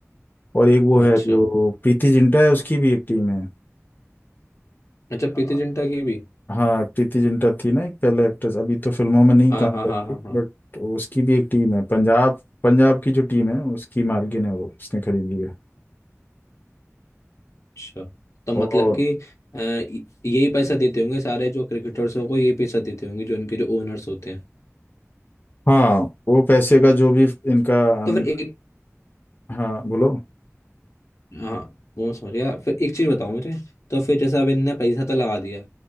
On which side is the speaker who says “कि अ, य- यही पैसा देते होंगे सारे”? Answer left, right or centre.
Left